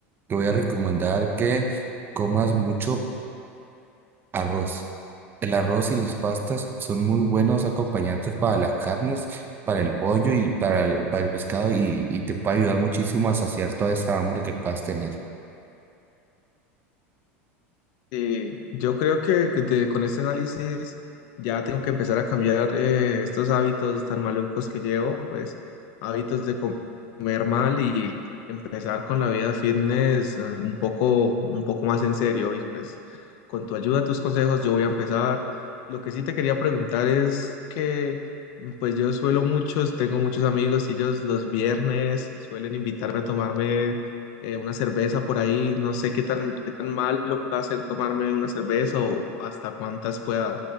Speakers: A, on the right; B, on the left.
A: te voy a recomendar que comas mucho arroz. El arroz y las pastas son muy buenos acompañantes para las carnes, para el pollo y para el, para el pescado y, y te puede ayudar muchísimo a saciar toda esa hambre que puedas tener.
B: Sí, yo creo que que de- con este análisis ya tengo que empezar a cambiar eh, estos hábitos tan malucos que llevo, pues hábitos de com- comer mal y empezar con la vida fitness eh, un poco, un poco más en serio. Y pues con tu ayuda, tus consejos, yo voy a empezar. Lo que sí te quería preguntar es que mm, pues yo suelo muchos, tengo muchos amigos y ellos los viernes suelen invitarme a tomarme eh, una cerveza por ahí, no sé qué tan, qué tan mal lo pueda hacer tomarme una cerveza o hasta cuántas pueda,